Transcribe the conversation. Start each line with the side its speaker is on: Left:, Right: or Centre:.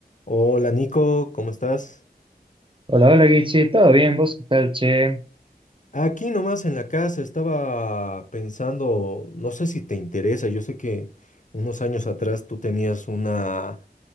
Left: Hola Nico, ¿cómo estás?
Right: Hola, hola Guichi, ¿todo bien? ¿Vos qué tal, che?
Left: Aquí nomás en la casa estaba pensando, no sé si te interesa, yo sé que unos años atrás tú tenías una,